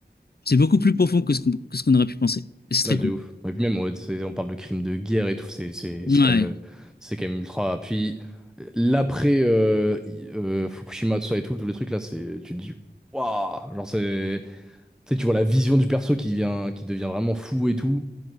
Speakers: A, on the left; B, in the centre.
A: c'est beaucoup plus profond que ce qu'on que ce qu'on aurait pu penser. Et c'est très
B: ouais, de
A: cool.
B: ouf. Et puis même, ouais, c'est- on parle de crimes de guerre et tout, c'est c'est-
A: Ouais.
B: c'est quand même, euh, c'est quand même ultra. Puis l'après euh, y- euh, Fukushima, tout ça et tout, tous les trucs là, c'est, tu te dis, waouh, genre, c'est. Tu sais, tu vois la vision du perso qui vient, qui devient vraiment fou et tout.